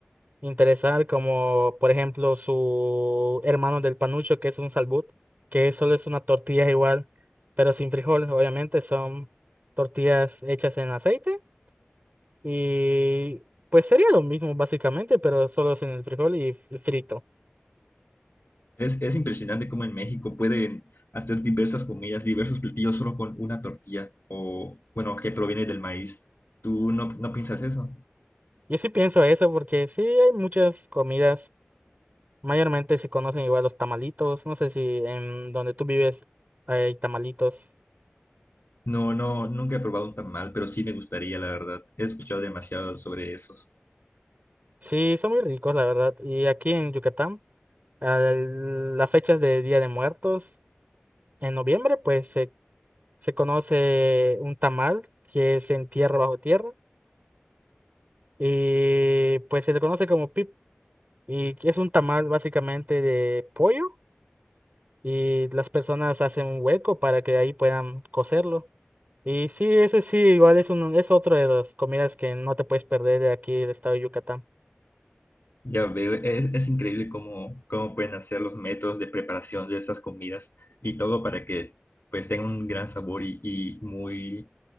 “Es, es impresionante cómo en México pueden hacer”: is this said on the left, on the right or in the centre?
Left